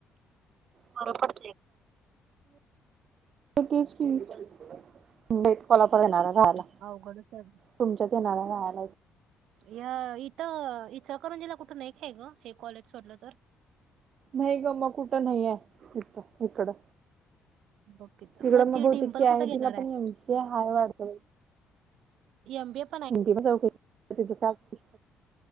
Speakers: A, on the right; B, on the right.
A: बरोबर. बेट. कोलाप येणारा
B: हम्म,
A: गायला
B: अवघडच आहे
A: तुमच्यात येणारा गायला <unintelligible>
B: या इथं इचकरंजीला कुठं एक का आहे ग हे कॉलेज सोडलं तर
A: नाही ग मग कुठं नाही आहे. इथ इकडं.
B: बघ तिथं
A: तिकडं मग
B: ती
A: बहतेक
B: डिंपल
A: की
B: कुठं
A: आहे तिला
B: घेणार
A: पण एमची हाय वाढत.
B: एमब ए <unintelligible>
A: ंटी प चौक तचं काय?